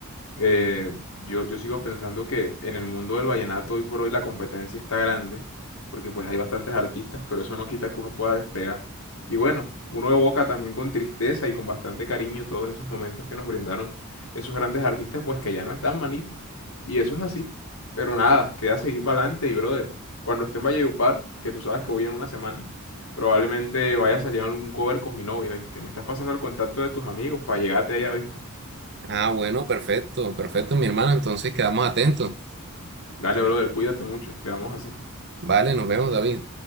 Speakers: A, on the left (about 70°); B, on the right (about 55°).
A: eh, yo, yo sigo pensando que en el mundo del vallenato hoy por hoy la competencia está grande, porque pues hay bastantes artistas, pero eso no quita que uno pueda despegar. Y bueno, uno evoca también con tristeza y con bastante cariño todos esos momentos que nos brindaron esos grandes artistas, pues que ya no están manito. Y eso es así. Pero nada, queda seguir para adelante y brother, cuando esté en Valledupar, que tú sabes que voy en una semana, probablemente vaya a salir algún cover con mi novia, ¿viste? Me estás pasando el contacto de tus amigos para llegarte allá, ¿viste?
B: Ah, bueno, perfecto, perfecto, mi hermano, entonces quedamos atentos.
A: Dale, brother, cuídate mucho. Quedamos así.
B: Vale, nos vemos, David.